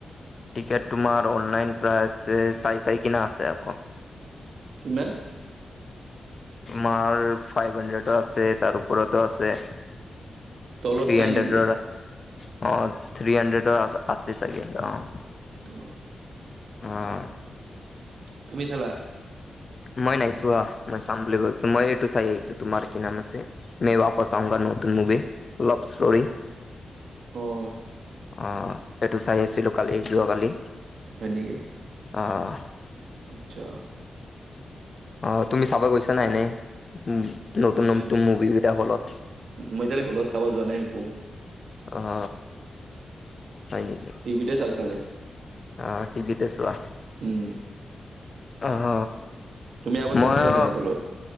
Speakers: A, on the left; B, on the right.
A: টিকেট তোমাৰ অনলাইন প্ৰাইজ যে চাই চাই কিনা আছে আকৌ
B: কিমান
A: আমাৰ ফ্ৰাইভ হাড্ৰে আছে তাৰ ওপৰতো আছে
B: তলত
A: থ্ৰী হাড্ৰৰতৰ
B: নাই নেকি?
A: অহ থ্ৰী হাড্ৰে আছে চাগে অহ
B: অ
A: অহ
B: তুমি চালা
A: মই নাই চোৱা মই চাম বুলি ভাবিছো মই এইটো চাই আহিছো তোমাৰ কি নাম আছে মে বাপাছ আওগা নতুন মুভি অভ ইষ্টতৰি
B: উ <unintelligible> অহ
A: অহ এইটো চাই আছিলোঁ কালি যোৱাকালি
B: হয় নেকি
A: অহ
B: আচ্ছা
A: অহ তুমি চাবা গৈছা নাই এনে উম নতুন
B: মই
A: নতুন মুভি বিলাক হলত
B: মই এতিয়া হলত চাব যোৱা নাই একো
A: অহ হয় নেকি
B: টি ভিতে চাওঁ চালে
A: অহ টি ভিতে চোৱা
B: উম
A: অহ
B: তুমি আগত
A: মইয়ো
B: চাইছা নে নাই হলত